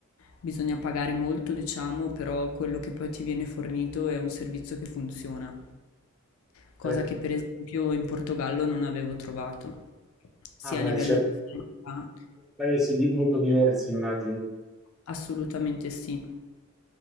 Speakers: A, on the left (about 70°); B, in the centre.
A: bisogna pagare molto, diciamo, però quello che poi ti viene fornito è un servizio che funziona, cosa
B: Certo.
A: che per esempio in Portogallo non avevo trovato, sia
B: Ah, beh,
A: a livello
B: certo.
A: di sanità,
B: Paesi di- molto diversi, immagino.
A: assolutamente sì,